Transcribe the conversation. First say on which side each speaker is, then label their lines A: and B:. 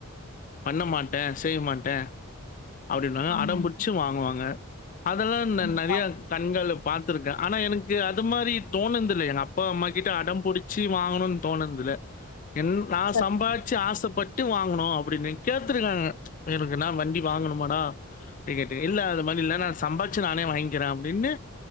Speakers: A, on the left; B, on the left.
A: பண்ண மாட்டே செய்ய மாட்டே அப்டின்றாங்க
B: ஆமாங்க
A: அடம்பிட்ச்சு வாங்குவாங்க அதெல்லா நெ
B: கண்டிப்பா
A: நெறைய கண்கள் த்திருக்க ஆனா எனக்கு அது மாரி தோணுன்து இல்ல எங்க அப்பா அம்மாகிட்ட அடம் புடிச்சு வாங்கணுன்னு தோணனுது இல்ல என் நா
B: சரிங்க
A: சம்பாதிச்சு ஆசைப்பட் ட்டு வாங்கணு அப்டின்னு கேத்துருக்காங்க எதுக்குனா வண்டி வாங்கணுமாடா அப்டினு கேட்ட இல்ல அது மாரி இல்ல நா சம்பாதிச்சு நானே வாங்கிக்கிறேன் அப்டின்னு